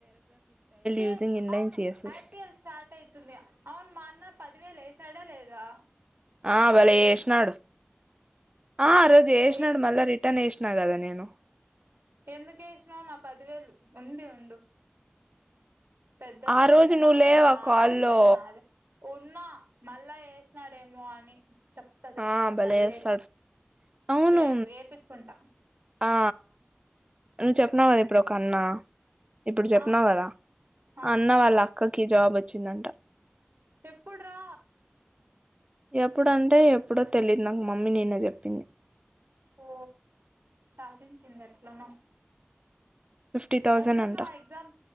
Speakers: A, on the right; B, on the right.
A: సిఎస్
B: యూజింగ్ ఇన్లైన్
A: అవును
B: సిఎస్ఎస్
A: ఐపిఎల్ స్టార్ట్ అవుతుంది అవును మా అన్న పదివేలు ఏ ఏడ లేదా
B: ఆ భలే ఏసినాడు ఆ రోజు యేసినాడు
A: ఏ
B: మళ్ళా రిటర్న్ ఏస్ నా గదా నిను
A: ఎందుకు ఏసినావ్ నా పదివేలు ఉంది ఉండు పెదైనాకైనా
B: ఆ రోజు నువ్వు
A: లకుంటా
B: లేవు ఆ
A: నా
B: కాల్లో
A: పదివేలు నాదే ఉన్నా మళ్ళా ఏసినాడేమో అని చెప్తా చెప్తా
B: ఆ
A: నా
B: భలే
A: పదివేలు
B: ఏస్తాడు అవును
A: లేదు వేపించుకుంటా
B: ఆ నువ్వు చెప్నవ్ కదా ఇప్పుడు కన్నా ఇప్పుడు చెప్పినవు
A: ఆ
B: కదా
A: ఆ
B: అన్న వాళ్ళ అక్కక్ కి జాబ్ వచ్చిందంట
A: ఎప్పుడ్రా
B: ఎప్పుడంటే ఎప్పుడో తెలియదు నాకు మమ్మీ నిన్న చెప్పింది
A: ఓ సాధించింది ఎట్లనో
B: ఫిఫ్టీ థౌజండ్
A: యాక్చువల్
B: అంట
A: గా ఆ ఎగ్జామ్